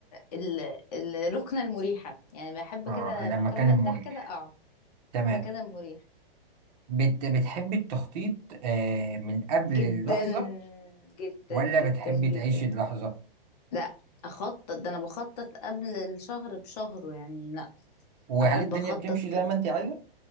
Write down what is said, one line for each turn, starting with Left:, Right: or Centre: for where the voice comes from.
Left: ال... الركنة المريحة يعني بحب
Right: آه...
Left: كده
Right: لما
Left: مكان
Right: كان
Left: مرتاح
Right: مريح
Left: كده اقعد
Right: تمام
Left: المكان المريح
Right: بت... بتحبي التخطيط آه... من قبل اللحظة
Left: جدا جدا
Right: ولا
Left: جدا
Right: بتحبي
Left: جدا
Right: تعيشي اللحظة
Left: لا اخطط ده انا بخطط قبل الشهر بشهره يعني لا
Right: وهل
Left: احب
Right: الدنيا
Left: اخطط
Right: بتمشي
Left: كده
Right: زي ما انت عايزة